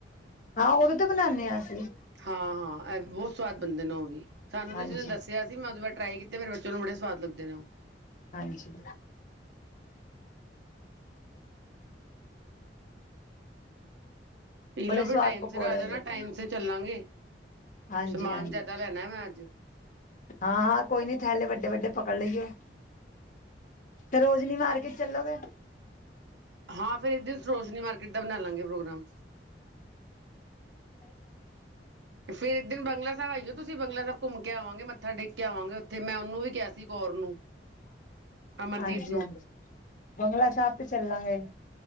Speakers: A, on the left (about 45°); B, on the right (about 80°).
A: ਹਾਂ, ਓਦੇ ਤੇ ਬਣਾਨੇ ਆ ਅਸੀਂ।
B: ਹਾਂ ਹਾਂ, ਏ ਵੀ ਬਹੁਤ ਸਵਾਦ ਬਣਦੇ ਨੇ ਓ ਵੀ ਸਾਨੂੰ
A: ਹਾਂਜੀ
B: ਕਿਸੇ ਨੇ ਦੱਸਿਆ। ਮੈਂ ਓਦੇ ਬਾਅਦ ਟਰਾਈ ਕੀਤੇ ਮੇਰੇ ਬੱਚੇ ਨੂੰ ਬੜੇ ਸਵਾਦ ਲੱਗਦੇ ਨੇ ਓ।
A: ਹਾਂਜੀ।
B: ਪੀਲੋ
A: ਬੜੇ
B: ਵੀ
A: ਸਵਾਦ
B: ਟਾਈਮ
A: ਪਕੌੜੇ
B: ਸਿਰ ਆ
A: ਹੁੰਦੇ।
B: ਜਾਣਾ ਟਾਈਮ ਸਿਰ ਚੱਲਾਂਗੇ।
A: ਹਾਂਜੀ
B: ਸਮਾਨ
A: ਹਾਂਜੀ,
B: ਜ਼ਿਆਦਾ ਲੈਣਾ ਮੈਂ ਅੱਜ
A: ਹਾਂ ਹਾਂ ਕੋਈ ਨੀ ਥੈਲੇ ਵੱਡੇ ਵੱਡੇ ਪਕੜ ਲਈਓ। ਸਰੋਜ਼ਨੀ ਮਾਰਕੀਟ ਚੱਲੋਗੇ।
B: ਹਾਂ ਫਿਰ ਇੱਕ ਦਿਨ ਸਰੋਜ਼ਨੀ ਮਾਰਕੀਟ ਦਾ ਬਣਾ ਲਾਂਗੇ ਪ੍ਰੋਗਰਾਮ।
A: <inaudible>
B: ਫੇਰ ਇੱਕ ਦਿਨ ਬਗਲਾ ਸਾਹਿਬ ਆਈਓ ਤੁਸੀਂ ਬਗਲਾ ਸਾਹਿਬ। ਘੁੰਮ ਕੇ ਆਵਾਂਗੇ ਮੱਥਾ ਟੇਕ ਕੇ ਆਵਾਂਗੇ ਉੱਥੇ ਮੈਂ ਓਨੂੰ ਵੀ ਕਿਆ ਸੀ ਕੌਰ ਨੂੰ। ਅਮਰਜੀਤ
A: ਹਾਂਜੀ
B: ਨੂੰ
A: ਹਾਂਜੀ, ਬੰਗਲਾ ਸਾਬ ਤੇ ਚੱਲਾਂਗੇ।